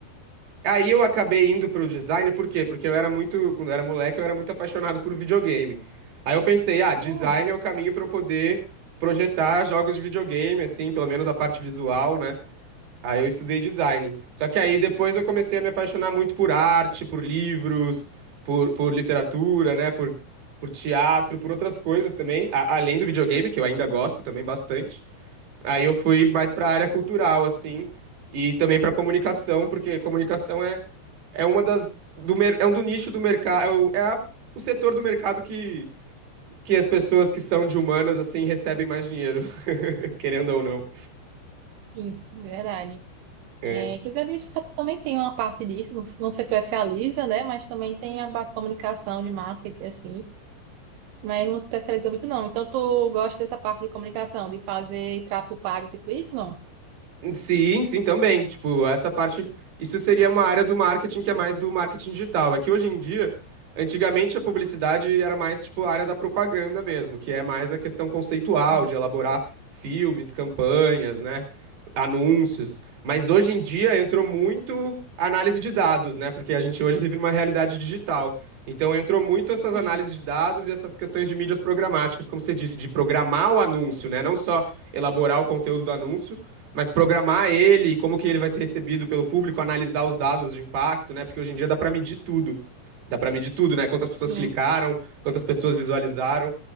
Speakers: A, on the right (about 60°); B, on the right (about 85°).
A: Aí eu acabei indo pro design, por quê? Porque eu era muito, quando eu era moleque, eu era muito apaixonado por videogame. Aí eu pensei, ah, design
B: hum,
A: é o caminho para eu poder projetar jogos de videogame, assim, pelo menos a parte visual, né? Aí eu estudei design. Só que aí depois eu comecei a me apaixonar muito por arte, por livros, por, por literatura, né? Por, por teatro, por outras coisas também. a- além do videogame, que eu ainda gosto também bastante. Aí eu fui mais pra área cultural, assim. E também pra comunicação, porque comunicação é, é uma das. Do, mer- é um do nicho do mercado. É, o, é a- o setor do mercado que, que as pessoas que são de humanas, assim, recebem mais dinheiro, <laughs> querendo ou não.
B: sim, verdade.
A: É.
B: É, inclusive, a administração também tem uma parte disso, não, não se especializa, né? Mas também tem a parte de comunicação de marketing, assim. mas não se especializa muito, não. Então, tu gosta dessa parte de comunicação, de fazer tráfego pago, tipo isso, não?
A: Sim, sim, também. Tipo, essa parte, isso seria uma área do marketing que é mais do marketing digital. É que hoje em dia, antigamente a publicidade era mais tipo a área da propaganda mesmo, que é mais a questão conceitual
B: Sim.
A: de elaborar filmes, campanhas, né, anúncios. Mas hoje em dia entrou muito a análise de dados, né? Porque a gente hoje vive numa realidade digital. Então entrou muito essas análises
B: Sim,
A: de dados e essas questões de mídias programáticas, como você disse, de programar o anúncio, né? Não só elaborar o conteúdo do anúncio, mas programar ele, como que ele vai ser recebido pelo público, analisar os dados de impacto, né? Porque hoje em dia dá para medir tudo. Dá para medir tudo, né? Quantas pessoas
B: sim.
A: clicaram, quantas pessoas visualizaram.